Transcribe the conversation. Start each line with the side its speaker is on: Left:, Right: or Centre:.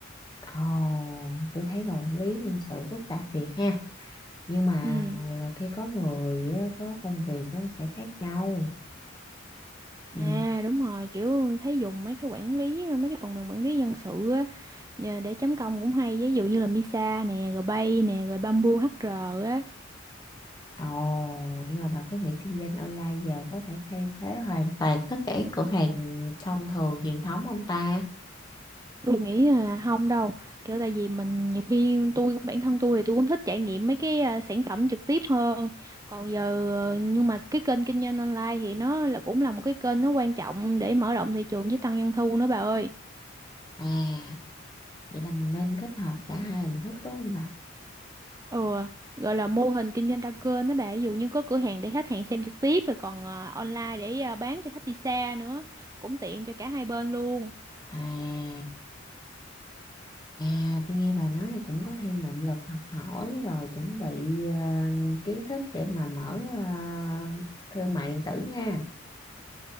Left: Ồ, tôi thấy là quản lý nhân sự phức tạp thiệt ha. Nhưng mà
Right: Ừ.
Left: là khi có người á, có công việc nó sẽ khác nhau. Ừ.
Right: À đúng rồi, kiểu thấy dùng mấy cái quản lý, mấy cái phần mềm quản lý nhân sự á, nhờ để chấm công cũng hay, ví dụ như là Misa nè, rồi Bay nè, rồi Bamboo HR á.
Left: Ồ, nhưng mà bà có nghĩ kinh doanh online giờ có thể thay thế hoàn toàn tất cả các cửa hàng thông thường truyền thống không ta?
Right: Tôi nghĩ là không đâu, kiểu tại vì mình nhiều khi tôi bản thân tôi thì tôi cũng thích trải nghiệm mấy cái à, sản phẩm trực tiếp hơn. Còn giờ ờ, nhưng mà cái kênh kinh doanh online thì nó là cũng là một cái kênh nó quan trọng để mở rộng thị trường với tăng doanh thu nữa bà ơi.
Left: À, vậy là mình nên kết hợp cả hai hình thức đúng không bà?
Right: ừ gọi là mô hình kinh doanh đa kênh đó bà ví dụ như có cửa hàng để khách hàng xem trực tiếp rồi còn ờ, online để ờ, bán cho khách đi xa nữa cũng tiện cho cả hai bên luôn
Left: À, à tôi nghe bà nói thì cũng có thêm động lực học hỏi rồi chuẩn bị ờ, kiến thức để mà mở ờ, thương mại điện tử nha.